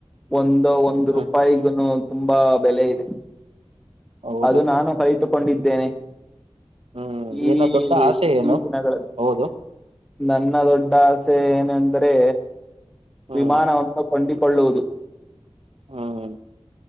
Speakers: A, in the centre; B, on the right.
A: ಒಂದು ಒಂದು
B: ಹ್ಮ್
A: ರೂಪಾಯಿಗ ತುಂಬಾ ಬೆಲೆ ಇದೆ
B: ಹೌದು
A: ಅದು ನಾನು ಕೈತು ಕೊಂಡಿದ್ದೇನೆ
B: ಹ್ಮ್
A: ಈ
B: ನಿನ್ನ ದೊಡ್ಡ ಆಸೆ ಏನು
A: ಈ ದಿನಗಳಲ್ಲಿ
B: ಹೌದು
A: ನನ್ನ ದೊಡ್ಡ ಆಸೆ ಏ ಅಂದರೆ
B: ಹ್ಮ್
A: ವಿಮಾನವಂತ ಕನ್ <unintelligible> ಕೊಳ್ಳುವುದು
B: ಹ್ಮ್